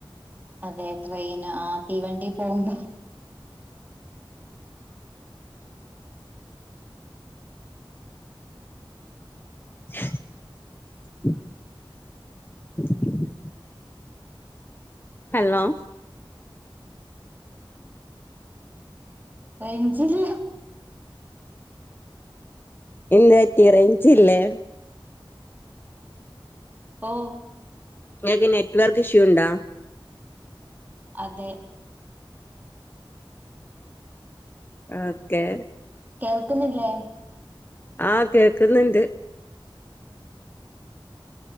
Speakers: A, on the right; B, on the left.
A: അതെ ട്രെയിൻ. ആ തീവണ്ടീ പോവുമ്പം
B: <unintelligible> ഹലോ
A: റെയ്ഞ്ചില്ല
B: എന്ത് പറ്റി റെയ്ഞ്ചില്ലേ
A: ഓ
B: ഇങ്ങക്ക് നെറ്റ്വർക്ക് ഇഷ്യൂ ഉണ്ടോ
A: അതെ
B: ഓക്കെ
A: കേൾക്കുന്നില്ലേ
B: ആഹ് കേക്കുന്നുണ്ട്